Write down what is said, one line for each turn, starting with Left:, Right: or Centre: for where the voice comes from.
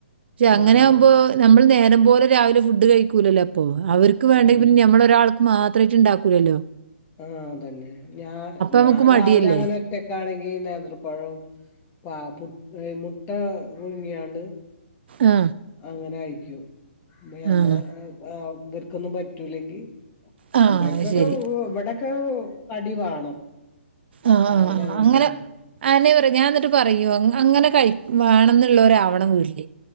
Right: പക്ഷെ അങ്ങനാവുമ്പോ
Left: ആഹ്
Right: നമ്മൾ നേര് നേരം പോലെ രാവിലെ ഫുഡ് കഴിക്കൂലല്ലപ്പോ അവർക്ക് വേണ്ടങ്കിപിന്നെ
Left: ആഹ്
Right: നമ്മളൊരാൾ വെച്ച്ണ്ടാക്കൂലല്ലോ
Left: ആ അതന്നെ ഞാ ഞാൻ
Right: നമുക്ക് മടിയല്ലേ.
Left: രാവിലങ്ങനെ ഒറ്റക്കാണെങ്കി നേത്രപ്പഴോം പാ പു മുട്ട പുഴ്ങ്ങ്യാണ്ട്
Right: ആ
Left: അങ്ങനെ ആയിരിക്കും ഇ ഞമ്മള
Right: ആ.
Left: ഇവർക്കൊന്നും പറ്റൂല്ലെങ്കിൽ
Right: ആ
Left: ഒമ്പേര്ക്കൊക്കെ
Right: അത് ശരി.
Left: ഇവ്ടൊക്കെ കടി വാണം
Right: ആഹ്
Left: രാവിലെ അങ്ങനത്തെണ്
Right: അങ്ങനെ ആണെ <unintelligible> ട്ട് പറയോ അങ്ങനെ കഴി വേണംന്ന്ള്ളോരാവണം വീട്ട്ല്